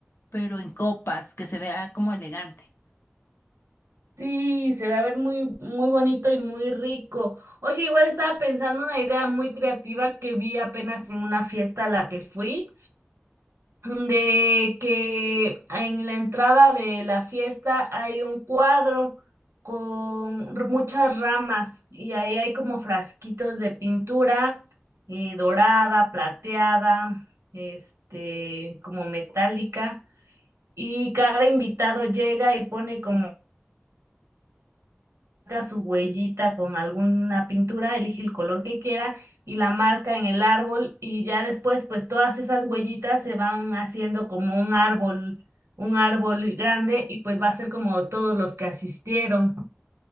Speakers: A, on the left; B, on the right.
A: pero en copas, que se vea como elegante.
B: Sí, se va a ver muy, muy bonito y muy rico. Oye, igual estaba pensando una idea muy creativa que vi apenas en una fiesta a la que fui. de que en la entrada de la fiesta hay un cuadro con r- muchas ramas y ahí hay como frasquitos de pintura eh, dorada, plateada, este, como metálica. Y cada invitado llega y pone como marca su huellita con alguna pintura, elige el color que quiera y la marca en el árbol y ya después pues todas esas huellitas se van haciendo como un árbol, un árbol grande y pues va a ser como todos los que asistieron.